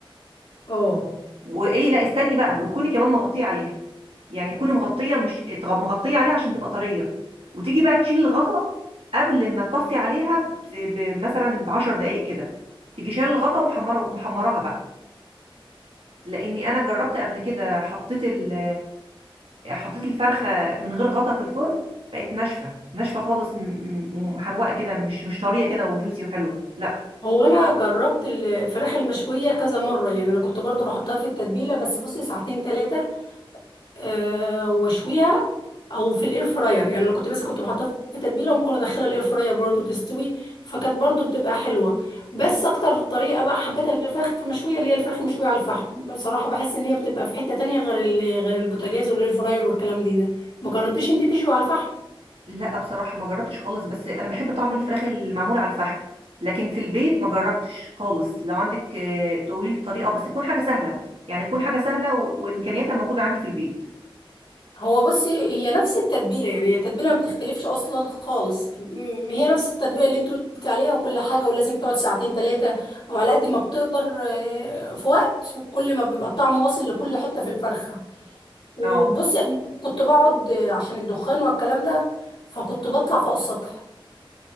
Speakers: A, on the left (about 75°); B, on the right (about 90°).
A: اه
B: وايه لا استني بقى وتكوني كمان مغطيه عليها يعني تكوني مغطيه مش اتغ- مغطيه عليها عشان تبقى طريه وتيجي بقى تشيل الغطا قبل ما تطفي عليها بس- ب- مثلا ب 10 دقائق كده تيجي شايله الغطا ومحمره ومحمراها بقى لاني انا جربت قبل كده حطيت ال حطيت الفرخه من غير غطا في الفرن بقت ناشفه ناشفه خالص م- م- ومحروقه كده مش مش طريه كده وجوسي وحلوه لا
A: هو انا جربت الفراخ المشويه كذا مره يعني انا كنت برضو بحطها في التتبيله بس بصي ساعتين ثلاثه آه، واشويها او في الاير فراير يعني انا كنت بس كنت بحطها في تتبيله وممكن ادخلها الاير فراير برضو تستوي فكانت برضو بتبقى حلوه بس اكتر طريقه بقى حبيتها للفراخ المشويه اللي هي الفراخ المشويه على الفحم بصراحه بحس ان هي بتبقى في حته تانية غير ال- غير البوتاجاز والاير فراير والكلام دي ده ما جربتيش انت تشوي على الفحم
B: لا بصراحة ما جربتش خالص بس أنا بحب طعم الفراخ المعمول على الفحم لكن في البيت ما جربتش خالص لو عندك آه، تقولي لي الطريقة بس تكون حاجة سهلة يعني تكون حاجة سهلة و- وإمكانياتها موجودة عندي في البيت
A: هو بصي هي نفس التتبيله يعني هي التتبيله ما بتختلفش اصلا خالص م- هي نفس التتبيله اللي انت قلت عليها وكل حاجه ولازم تقعد ساعتين ثلاثه او على قد ما بتقدر آه، في وقت كل ما بيبقى الطعم واصل لكل حته في الفرخه وبصي
B: اه
A: انا كنت بقعد آه، عشان الدخان والكلام ده فكنت بطلع فوق السطح